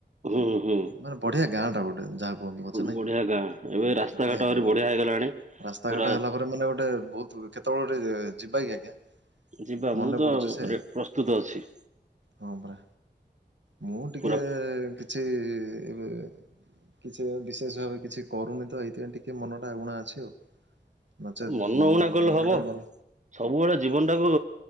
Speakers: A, on the right; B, on the right.
A: ହୁଁ। ହୁଁ।
B: ମାନେ ବଢିଆ ଗାଁ ଟା ଗୋଟେ ଯାହା କୁହନ୍ତୁ ପଛେ ନାଇଁ
A: ବଢିଆ ଗାଁ। ଏବେ ରାସ୍ତାଘାଟ
B: ବଢିଆ
A: ଆହୁରି
B: ଗାଁ ଟା
A: ବଢିଆ
B: ଗୋଟେ।
A: ହେଇଗଲାଣି।
B: ରାସ୍ତାଘାଟ
A: ପୁରା
B: ହେଲା ପରେ ମାନେ ଗୋଟେ ବହୁତ୍। କେତେବେଳେ ଗୋଟେ ଯିବା କି ଆଜ୍ଞା?
A: ଯିବା
B: ମନେ
A: ମୁଁ ତ
B: ପଡୁଛି ସେ
A: ରେ ପ୍ରସ୍ତୁତ ଅଛି।
B: ହଁ ପରା। ମୁଁ ଟିକେ
A: ପୁରା
B: କିଛି ଏବେ କିଛି ବିଶେଷ ଭାବେ କିଛି କରୁନି ତ, ଏଇଥିପାଇଁ ଟିକେ ମନ ଟା ଊଣା ଅଛି ଆଉ। ନଚେତ୍
A: ମନ ଊଣା କଲେ
B: ମନଟା
A: ହବ।
B: ମୋର
A: ସବୁବେଳେ ଜୀବନ ଟାକୁ